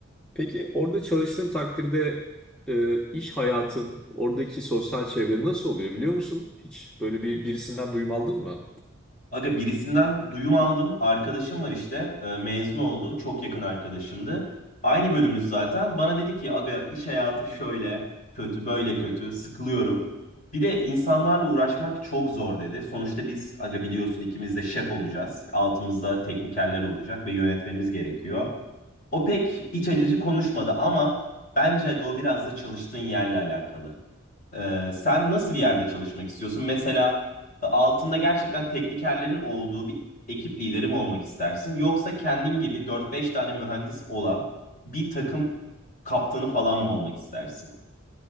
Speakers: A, in the centre; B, on the left.
A: Peki orada çalıştığın takdirde e, iş hayatın, oradaki sosyal çevre nasıl oluyor biliyor musun? Hiç böyle bir birisinden duyum aldın mı?
B: Aga birisinden duyum aldım. Arkadaşım var işte. e, Mezun oldu. Çok yakın arkadaşımdı. Aynı bölümümüz zaten. Bana dedi ki aga iş hayatı şöyle kötü, böyle kötü. Sıkılıyorum. Bir de insanlarla uğraşmak çok zor dedi. Sonuçta biz aga biliyorsun ikimiz de şef olacağız. Altımızda teknikerler olacak ve yönetmemiz gerekiyor. O pek iç acıcı konuşmadı ama bence aga o biraz da çalıştığın yerle alakalı. Ee, sen nasıl bir yerde çalışmak istiyorsun? Mesela e, altında gerçekten teknikerlerin olduğu bir ekip lideri mi olmak istersin? Yoksa kendin gibi dört beş tane mühendis olan bir takım kaptanı falan mı olmak istersin?